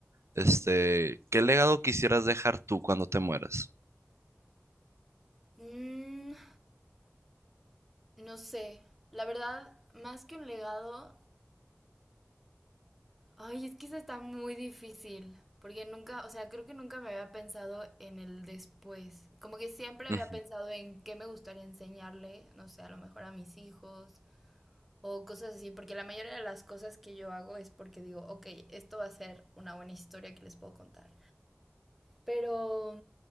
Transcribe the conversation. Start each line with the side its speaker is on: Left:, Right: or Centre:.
Right: este, ¿qué legado quisieras dejar tú cuando te mueras?
Centre: Mm, no sé, la verdad, más que un legado, Ay, es que esa está muy difícil, porque nunca, o sea, creo que nunca me había pensado en el después. Como que siempre
Right: Ujú,
Centre: había pensado en qué me gustaría enseñarle, no sé, a lo mejor a mis hijos o cosas así, porque la mayoría de las cosas que yo hago es porque digo, ok, esto va a ser una buena historia que les puedo contar. Pero,